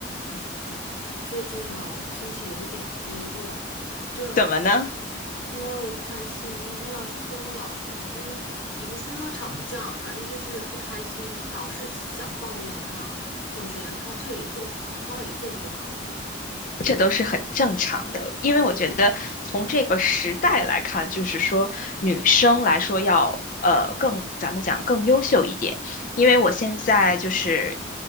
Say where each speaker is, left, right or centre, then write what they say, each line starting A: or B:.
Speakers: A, on the left (about 90°); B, on the left (about 45°).
A: 哎我最近哦，心情有点低落，就
B: 怎么呢？
A: 因为我不开心，我老是和我老老公也不是说吵架，反正就是不开心，老是想抱怨他，总觉得他这也做不好，那也做不好，
B: 这都是很正常的，因为我觉得从这个时代来看，就是说女生来说要呃更，咱们讲更优秀一点，因为我现在就是